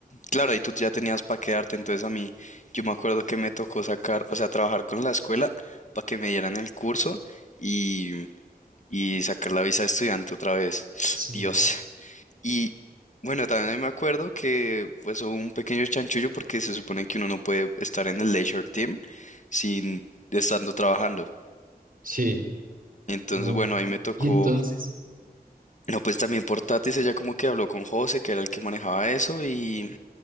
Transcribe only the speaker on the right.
Sí,
sí.
Uy.
Y entonces,